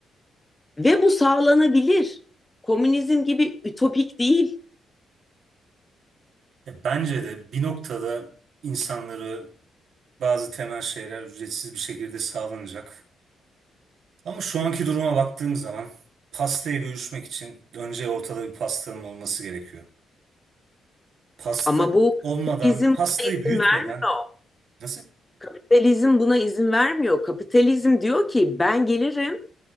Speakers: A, on the left; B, on the right.
A: ve bu sağlanabilir. Komünizm gibi ütopik değil.
B: Ya bence de bir noktada insanları bazı temel şeyler ücretsiz bir şekilde sağlanacak. Ama şu anki duruma baktığım zaman pastayı bölüşmek için önce ortada bir pastanın olması gerekiyor. Pasta
A: Ama bu kapitalizm
B: olmadan,
A: buna
B: pastayı
A: izin
B: büyütmeden
A: vermiyor.
B: nasıl?
A: Kapitalizm buna izin vermiyor. Kapitalizm diyor ki ben gelirim,